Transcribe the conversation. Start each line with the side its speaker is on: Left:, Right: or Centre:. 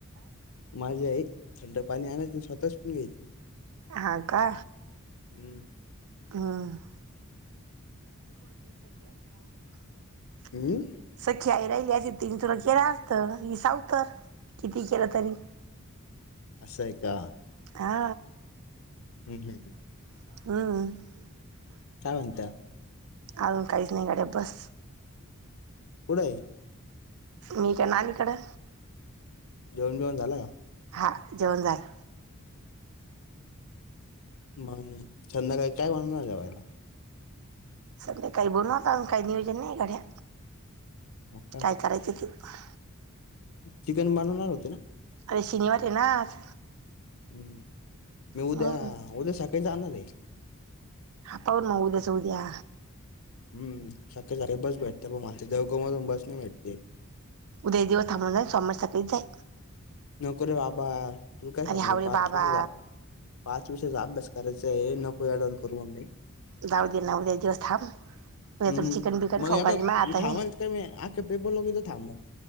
Left: माझी आई थंड पाणी आणायचं, स्वतःच पिऊन घ्यायची.
Right: हा का?
Left: हम्म
Right: हम्म्म. <unintelligible>
Left: हम्म?
Right: सख्या आई रहील्या तीत तिने तुला केलं असत. हे सावतर किती केलं तरी.
Left: सय का?
Right: हा
Left: हम्म हम् हम्
Right: हम्
Left: कावत
Right: अजून काहीच नाही घरात बस
Left: पुढय
Right: मीकेणारल इकडे
Left: जेवण जेवण झालं का?
Right: हां जेवण झाल
Left: मग संध्याकाळी काय बनवणार जेवायला?
Right: संध्याकाळी बोलू आपण काही नियोजन नाही गड्या
Left: हा का
Right: काय करायच ते. आहहह
Left: चिकन बनवणार होते ना?
Right: अरे शनिवार आहे ना आज
Left: हम्म मी उद्या
Right: हम्म
Left: उद्या सकाळी जाणार आहे. <inaudible>
Right: हा पाहून उद्याच उद्या
Left: हम्म सारखे सारखे बस भेटते पण माझच्या देवघमधून बस नाही भेटते.
Right: उदया दिवस थांबवून जा सोमवार सकाळी जाय
Left: नकोरे बाबा तुला काय सांगू
Right: अरे हावरे
Left: पाचवीचे
Right: बाबा
Left: पाच विषयाचा अभ्यास करायचा हे नको एडावून करू मम्मी
Right: जाऊ दे ना उद्या दिवस थांब उद्या
Left: हम्म
Right: तूला चिकन बिकन
Left: मग
Right: खाऊ
Left: हे
Right: घालीन
Left: बघ
Right: माये
Left: मी
Right: हाताने
Left: थांबाल का मी आख्या पेपर लागू तर थांबाल